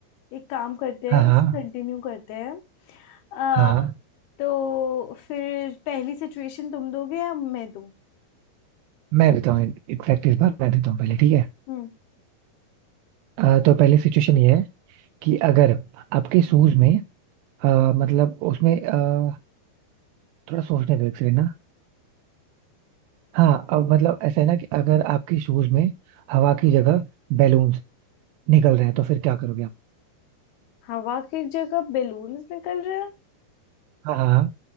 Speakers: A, on the left; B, on the right.
A: एक काम करते
B: हाँ
A: हैं
B: हाँ
A: इसे कंटिन्यू करते हैं आ,
B: हाँ हाँ
A: तो फिर पहली सिचुएशन तुम दोगे या मैं दूँ
B: मैं देता हूँ इनफैक्ट इस बार मैं देता हूँ पहले ठीक है
A: हम्म
B: अ, तो पहली सिचुएशन ये है कि अगर आपके शूज में अ, मतलब उसमें अ, थोड़ा सोचने दो एक सेकंड ना हाँ अब मतलब ऐसा है ना कि अगर आपके शूज में हवा की जगह बैलून्स निकल रहे हैं तो फिर क्या करोगे आप
A: हवा की जगह बेलून्स निकल रहे हैं
B: हाँ हाँ हाँ,